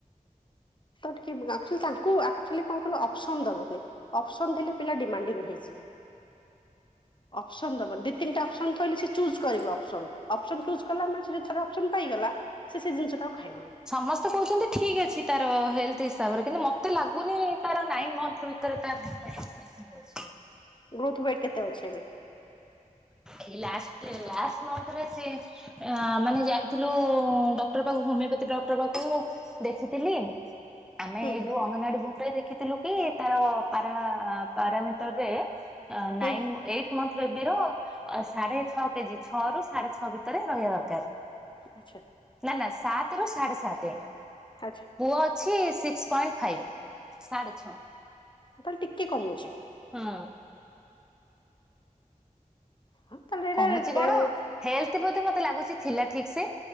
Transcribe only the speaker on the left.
ତାକୁ ଟିକେ ଆକ୍ଚୁଲି ତାଙ୍କୁ ଆକଚୁଆଲି କଣ କହିଲ ଅପସନ ଦବନି ଅପସନ ଦେଲେ ପିଲା ଡିମାଡିଂ ହେଇଯିବେ ଅପସନ୍ ଦେବନି ଦି ତିନି ଟା ଅପସନ୍ ଥୋଇଲେ ସେ ଚୁଜ୍ କରିବ ଅପସନ୍ ଅପସନ୍ ଚୁଜ୍ କଲା ମାନେ ସେ ଯଦି ତାର ଅପ୍ସନ୍ ପାଇଗଲା ସେ ସେ ଜିନିଷ ଟାକୁ ଖାଇବ
ଗ୍ରୋଥ ୱେଟ କେତେ ଅଛି ଏବେ
ହୁଁ
ହୁଁ
ଆଚ୍ଛା
ଆଚ୍ଛା
ତାହେଲେ ଟିକେ କମୁଛି
ହଁ ତାହେଲେ
ଏଇଟା